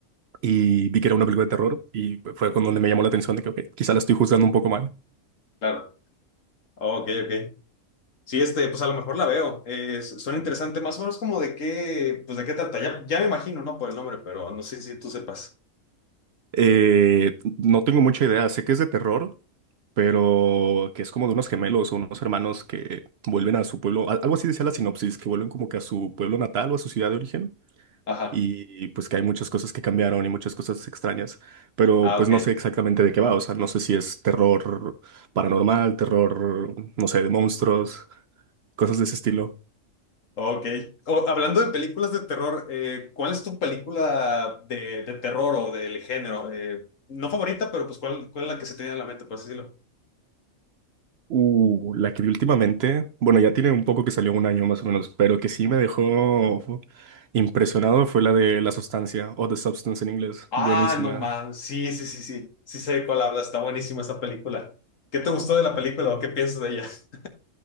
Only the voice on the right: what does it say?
y vi que era una película de terror y fue con donde me llamó la atención de que, ok, quizá la estoy juzgando un poco mal.
Eh, no tengo mucha idea, sé que es de terror, pero que es como de unos gemelos o unos hermanos que vuelven a su pueblo, al- algo así decía la sinopsis, que vuelven como que a su pueblo natal o a su ciudad de origen
y pues que hay muchas cosas que cambiaron y muchas cosas extrañas, pero
pues
no sé exactamente de qué va, o sea, no sé si es terror paranormal, terror, no sé, de monstruos, cosas de ese estilo.
Uh, la que vi últimamente, bueno, ya tiene un poco que salió un año más o menos, pero que sí me dejó impresionado fue la de La Sustancia o The Substance en inglés,
buenísima.